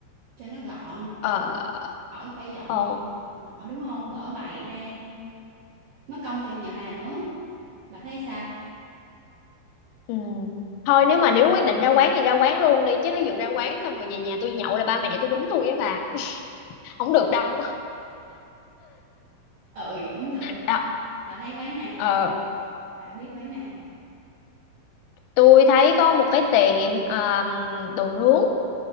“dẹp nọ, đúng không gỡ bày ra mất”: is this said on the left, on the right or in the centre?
Right